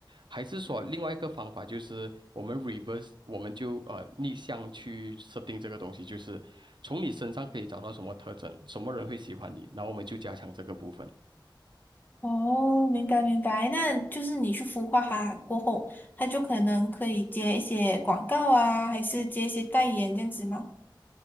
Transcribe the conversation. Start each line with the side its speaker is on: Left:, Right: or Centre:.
Right: 还是说另外一个方法就是我们 reverse，我们就呃逆向去设定这个东西，就是从你身上可以找到什么特征，什么人会喜欢你，然后我们就加强这个部分。
Left: 哦，明白明白。那就是你去孵化它过后，它就可能可以接一些广告啊，还是接一些代言这样子吗？